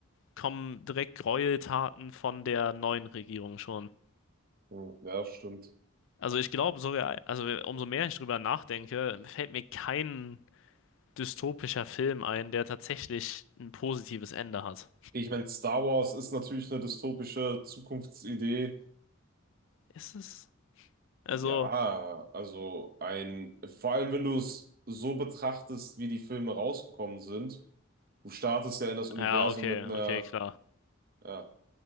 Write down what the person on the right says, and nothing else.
Hm, ja, stimmt.
Ich meine, Star Wars ist natürlich eine dystopische Zukunftsidee.
Ja, also ein, vor allem wenn du es so betrachtest, wie die Filme rausgekommen sind, du startest ja in das Universum
mit einer,
ja,